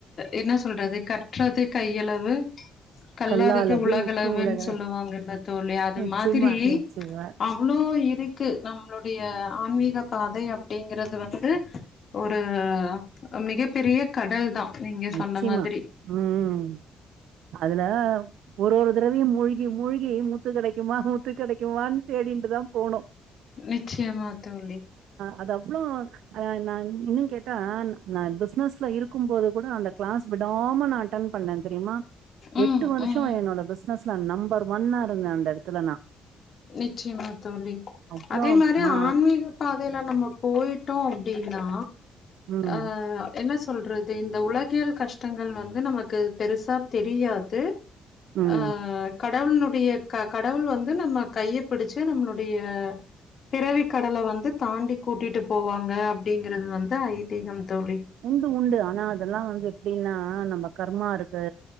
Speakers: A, on the left; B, on the right.
A: என்ன சொல்றது கட்டுறது கையளவு கல்லாதது
B: கல்லாலது
A: உலகளவுன்னு
B: உட்டு உலக
A: சொல்லுவாங்கல்ல தோழி அது
B: நிச்சயமா
A: மாதிரி
B: நிச்சயமா
A: அவ்ளோ இருக் க்கு நம்மளுடைய ஆன்மீக பாதை அப்டிங்கறது வந்து ஒரு மிக பெரிய கடல் தா நீங்க
B: நிச்சயமா
A: சொன்ன மாதிரி
B: ம் அதுல ஒரு ஒருத் டவ மூழ்கி மூழ்கி முத்து கெடைக்குமா முத்து கெடைக்குமான்னு தேடிண்டுதா போணோ
A: நிச்சயமா தோழி
B: அது அவ்வளோ அ நா இன்னு கேட்டா நா பிஸ்னஸ்ல இருக்கும் போது கூட அந்த கிளாஸ் விடாம நா அடென் பண்ண தெரியுமா
A: ம்
B: எட்டு வருஷ
A: ம்
B: என்னோட பிசினஸ் நம்பர் ஒன்னா இருந்த அந்த இடத்துல நா
A: நிச்சயமா தோழி
B: அவ்ளோ
A: அதே மாரி
B: மா
A: ஆன்மீக பாதையில நம்ம போயிட்டோ அப்டின்னா
B: ம்
A: ஆ அ என்னாஷ் சொல்றது இந்த உலகல் கஷ்டங்கள் வந்து நமக்கு பெருசா தெரியாது
B: ம்
A: அ கட் கடவுளனுடைய க கடவுள் வந்து நம்ம கையைப்பிடிச்சி நம்மளுடைய பிறவி கடல வந்து தாண்டி கூட்டிட்டு போவாங்க அப்டிங்கறது வந்து ஐதீகம் தோழி
B: உண்டு உண்டு ஆனா அதெல்லா வந்து எப்டின்னா அ நம்ம கர்மாருக்கு